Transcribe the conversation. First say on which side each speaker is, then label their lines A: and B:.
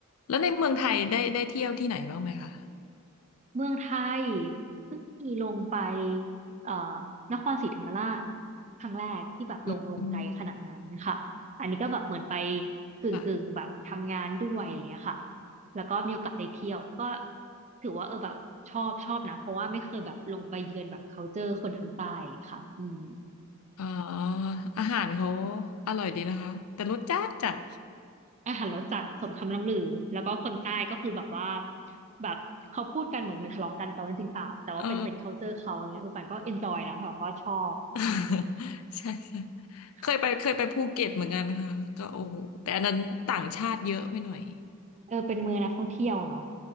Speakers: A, on the left; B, on the right.
A: แล้วในเมืองไทยได้ได้เที่ยวที่ไหนบ้างไหมคะ
B: เมืองไทยเพิ่งมีลงไปเอ่อนครศรีธรรมราชครั้งแรกที่แบบลงลงไกลขนาดนั้นค่ะอันนี้ก็แบบเหมือนไป
A: อืมอืม
B: กึ่งกึ่งแบบทำงานด้วยอะไรอย่างเงี้ยค่ะ
A: ค่ะ
B: แล้วก็มีโอกาสได้เที่ยวก็ถือว่าเออแบบชอบชอบนะเพราะว่าไม่เคยแบบลงไปเยือนแบบ culture คนทางใต้ค่ะอืม
A: อ๋ออาหารเขาอร่อยดีนะคะแต่รสจัดจัด
B: อาหารรสจัดสมคำล่ำลือแล้วก็คนใต้ก็คือแบบว่าแบบเขาพูดกันเหมือนเหมือนทะเลาะกันแต่ว่าจริงๆเปล่าแต่ว่าเป็นเป็น
A: <laughs> เออ
B: culture เขาเนี่ยเออปันก็ enjoy นะแบบว่าชอบอืม
A: <laughs> ใช่ใช่
B: ค่ะ
A: เคยไปเคยไปภูเก็ตเหมือนกันค่ะก็โอ้โหแต่อันนั้นต่างชาติเยอะไปหน่อย
B: เออเป็นเมืองนักท่องเที่ยวเนาะ